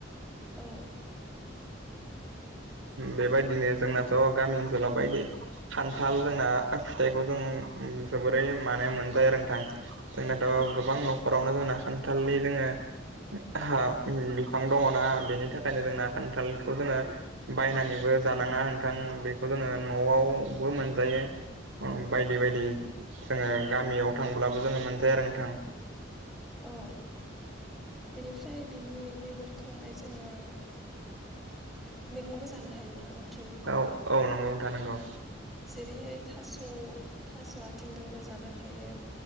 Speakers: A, in the centre; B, on the right (about 90°).
A: औ।
B: बेबायदिनो जोंनाथ' गामि ओनसोलाव बायदि खान्थाल जोंना फिथाइखौ जों जोबोरै माने मोनजायो आरो नोंथां। जोंनाथ'
A: औ
B: गोबां न'खरावनो जोंना खान्थालनि जोङो हा बिफां दङनाा बेनि थाखायनो जोंना खान्थालखौ जोङो बायनानैबो जानाङा नोंथां बेखौ जोङो न'आवबो मोनजायो। बायदि
A: औ
B: बायदि जोङो गामियाव थांब्लाबो जोङो मोनजाया आरो नोंथां।
A: औ बिनिफ्राय बिनि बेगर खौहाय जोङो मैगंबो जानो हायोना ओंख्रि
B: औ औ नंगौ नोंथां नोंगौ
A: जेरैहाय थास' थास' आथिंजोंबो जानो हायो